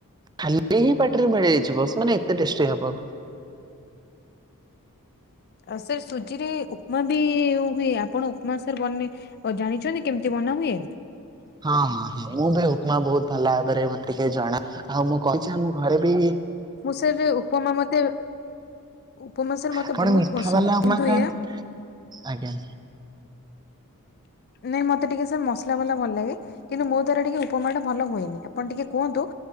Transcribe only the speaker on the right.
ଖାଲି ହିଁ ପାଟିରେ ମିଳେଇଯିବା ସେ ମାନେ ଏତେ ଟେଷ୍ଟି ହବ।
ହଁ ହଁ ହଁ ମୁଁ ବି ଉପମା ବହୁତ ଭଲ ଭାବରେ ମତେ ଟିକେ ଜଣା ଆଉ ମୁଁ କହିଚି ଆମ ଘରେ ବି
ଆପଣ
ମିଠା
ବାଲା ଉପମା
ଖାଆନ୍ତି
ଆଜ୍ଞା।